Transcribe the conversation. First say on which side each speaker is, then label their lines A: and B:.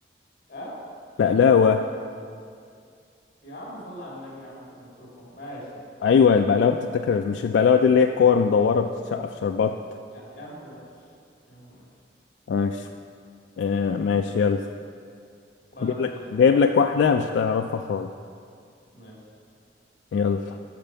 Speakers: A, on the left; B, on the left.
A: اه
B: بقلاوة
A: يا عم صلى على النبي يا عم احنا بناكلها في رم- ماشي يا عم
B: ايوه
A: ماشي
B: البقلاوة بتتاكل مش البقلاوة دي اللي هي الكور مدورة بتتشقى في شربات
A: يا يا عم ماشي يا عم ماشي
B: ماشي آه
A: هم.
B: ماشي يلا
A: وانا
B: جايب
A: فكرت
B: لك
A: في
B: جايب
A: حاجة
B: لك واحدة مش هتعرفها خالص
A: ماشي
B: يلا